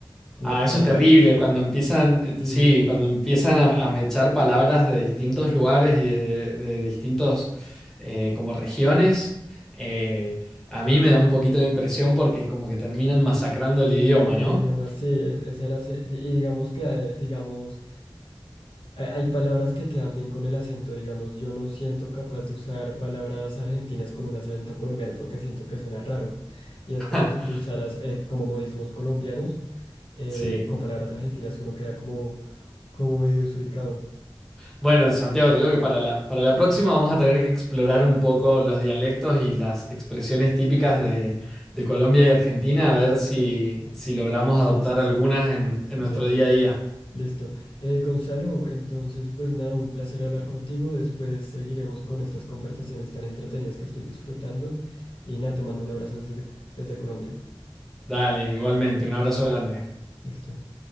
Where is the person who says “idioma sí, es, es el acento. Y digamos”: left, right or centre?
Left